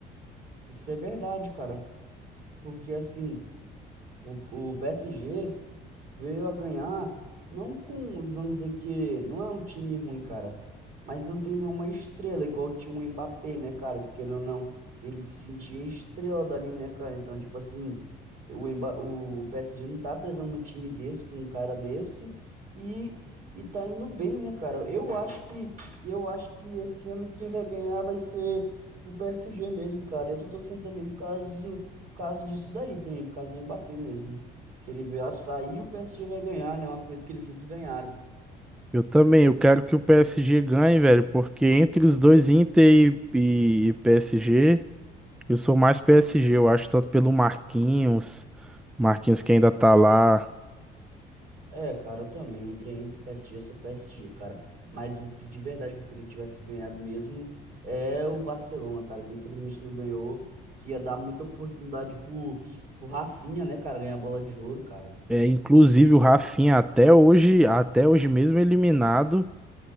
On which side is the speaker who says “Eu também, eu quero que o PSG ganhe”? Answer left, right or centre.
Centre